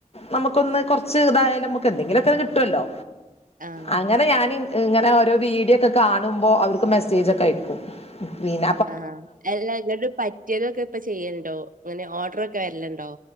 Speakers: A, on the left; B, on the right.
A: നമുക്കൊന്ന് കൊറച്ച് ഇതായാലും നമുക്ക് എന്തെങ്കിലൊക്കെ കിട്ടുല്ലോ
B: ആഹ്
A: അങ്ങനെ ഞാന് ഇങ്ങനെ ഓരോ വീഡിയോ ഒക്കെ കാണുമ്പോ അവർക്ക് മെസ്സേജൊക്കെ അയക്കും വിന
B: ആഹ് അല്ല എന്നിട്ട് പറ്റിയതൊക്കെ ഇപ്പൊ ചെയ്യല്ണ്ടോ ഇങ്ങനെ ഓർഡറ് ഒക്കെ വരലുണ്ടോ